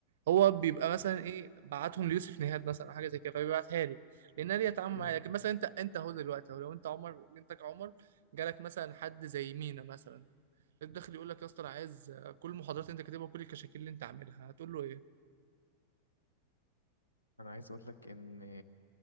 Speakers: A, on the right (about 60°); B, on the left (about 80°).
A: هو بيبقى مثلا ايه بعتهم ليوسف نيهاد مثلا او حاجه زي كده فبيبعتها لي لانها ليها تعامل
B: مم.
A: معايا لكن مثلا انت انت اهو دلوقتي اهو لو انت عمر انت كعمر جالك مثلا حد زي مينا مثلا الداخل يقول لك يا اسطى انا عايز كل المحاضرات اللي انت كاتبها وكل الكشاكيل اللي انت عاملها هتقول له ايه؟
B: انا عايز اقول لك ان